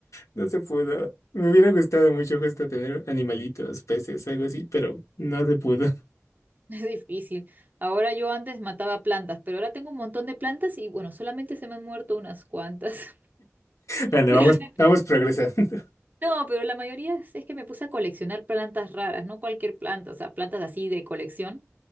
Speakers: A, on the left (about 80°); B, on the right (about 35°).
A: no se pudo. Me hubiera gustado mucho justo tener animalitos, peces, algo así, pero no se pudo. <laughs>
B: <laughs> Es difícil. Ahora yo antes mataba plantas, pero ahora tengo un montón de plantas y bueno, solamente se me han muerto unas cuantas. <laughs>
A: Bueno,
B: Pero
A: vamos,
B: la-
A: vamos progresando.
B: No, pero la mayoría es, es que me puse a coleccionar plantas raras, no cualquier planta, o sea, plantas así de colección.